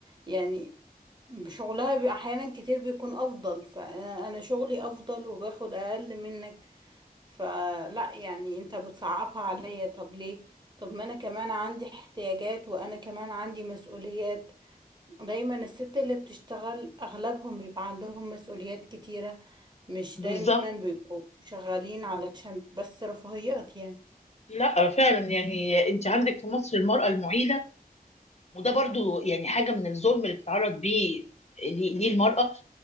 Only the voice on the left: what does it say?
بالظبط
لا فعلا يعني انت عندك في مصر المراه المعيله وده برضو يعني حاجه من الظلم اللي بتتعرض بيه ليه ليه المرأة